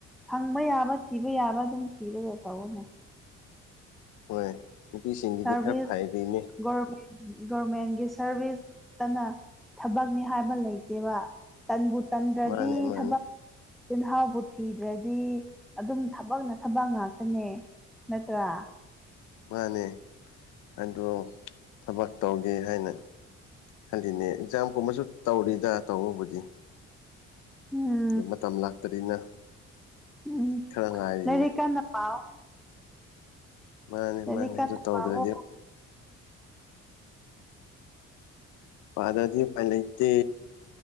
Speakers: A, in the centre; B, on the left (about 85°).
A: ꯐꯪꯕ ꯌꯥꯕ ꯊꯤꯕ ꯌꯥꯕ ꯑꯗꯨꯝ ꯊꯤꯔꯒ ꯇꯧꯋꯣꯅꯦ
B: ꯍꯣꯏ ꯅꯨꯄꯤꯁꯤꯡꯒꯤꯗꯤ
A: ꯁꯥꯔꯚꯤꯁ
B: ꯈꯔ ꯐꯩꯔꯤꯅꯦ
A: ꯒꯣꯔꯃꯦꯟ ꯒꯣꯔꯃꯦꯟꯒꯤ ꯁꯔꯚꯤꯁꯇꯅ ꯊꯕꯛꯅꯤ ꯍꯥꯏꯕ ꯂꯩꯇꯦꯕ ꯇꯟꯕꯨ ꯇꯟꯗ꯭ꯔꯗꯤ
B: ꯃꯥꯅꯦ ꯃꯥꯅꯦ
A: ꯊꯕꯛ ꯆꯤꯟꯍꯥꯎꯕꯨ ꯊꯤꯗ꯭ꯔꯗꯤ ꯑꯗꯨꯝ ꯊꯕꯛꯅ ꯊꯕꯛ ꯉꯥꯛꯇꯅꯦ ꯅꯠꯇ꯭ꯔꯥ
B: ꯃꯥꯅꯦ ꯑꯗꯣ ꯊꯕꯛ ꯇꯧꯒꯦ ꯍꯥꯏꯅ ꯈꯜꯂꯤꯅꯦ ꯑꯦꯛꯖꯥꯝꯒꯨꯝꯕꯁꯨ ꯇꯧꯔꯤꯗ ꯇꯧꯕꯕꯨꯗꯤ
A: <unintelligible>
B: <unintelligible> ꯃꯇꯝ ꯂꯥꯛꯇ꯭ꯔꯤꯅ
A: ꯎꯝ
B: ꯈꯔ ꯉꯥꯏꯔꯤꯅꯦ
A: ꯂꯥꯏꯔꯤꯛ ꯀꯟꯅ ꯄꯥꯎ
B: ꯃꯥꯅꯦ
A: ꯂꯥꯏꯔꯤꯛ
B: ꯃꯥꯅꯦ
A: ꯀꯟꯅ
B: ꯑꯗꯨ ꯇꯧꯗ꯭ꯔꯗꯤ
A: ꯄꯥꯎꯋꯣ
B: ꯄꯥꯗꯗꯤ ꯎꯄꯥꯏ ꯂꯩꯇꯦ